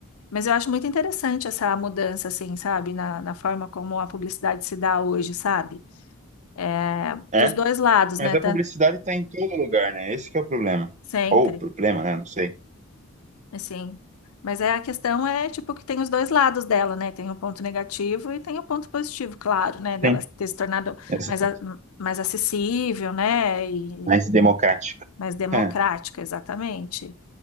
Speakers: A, on the left (about 80°); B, on the right (about 35°).
A: Mas eu acho muito interessante essa mudança, assim, sabe? Na, na forma como a publicidade se dá hoje, sabe? É,
B: É,
A: dos dois lados,
B: mas
A: né?
B: a
A: Tanto,
B: publicidade tá em todo lugar, né? Esse que é o problema.
A: sempre.
B: Ou o problema, né? Não sei.
A: Assim. Mas é a questão é tipo que tem os dois lados dela, né? Tem o ponto negativo e tem o ponto positivo, claro, né? Dela
B: Sim,
A: ter se tornado
B: exato.
A: mais, a- mais acessível, né? E
B: Mais democrática.
A: mais democrática,
B: É,
A: exatamente.